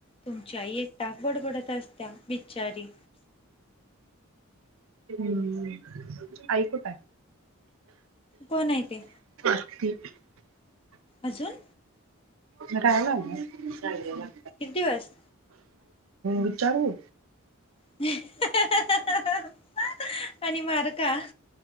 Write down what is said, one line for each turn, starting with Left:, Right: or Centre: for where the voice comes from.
Left: तुमची आई एकटाक बडबडत असत्या, बिच्चारी.
Right: हम्म! ऐकू काय
Left: कोण हाय ते?
Right: अ
Left: अजून
Right: म राह्यला आल्यात?
Left: किती दिवस?
Right: विचारू?
Left: <unintelligible> आणि मार खा.